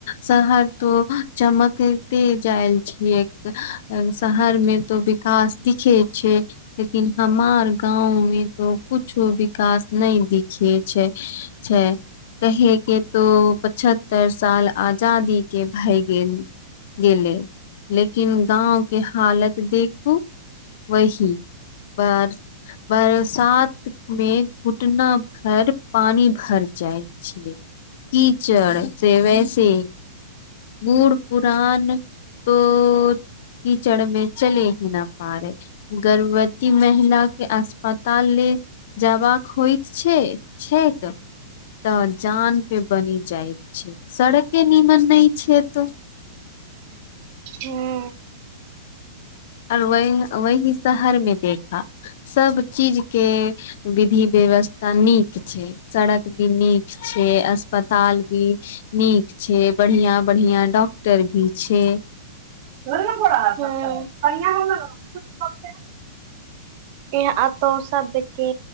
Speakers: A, on the left; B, on the right.
A: शहर तो चमकते जायल छियै शहर मे तऽ विकास दिखे छै लेकिन हमार गाँव मे तो कुछो विकास नहि दिखे छै छै कहे के तो पछत्तर साल आजादी के भय गेल गेलै लेकिन गाँव के हालत देखू वही बरस बरसात में घुटना भर पानी भर जाय छै की चड़ से वैसे बूढ़ पुरान तो कीचड़ में चलै ही ना पा रहे गर्भवती महिला के अस्पताल लेल जबाक होइत छै छै तऽ तऽ जान पे बनि जाइत छै सड़के नीमन नहि छै एतो
B: हुं
A: आ और वहीं वही शहर मे देखा सब चीज के विधि व्यवस्था नीक छै सड़क भी नीक छै अस्पताल भी नीक छै बढ़िया बढ़िया डॉक्टर भी छै
B: हुं एह अतो सबके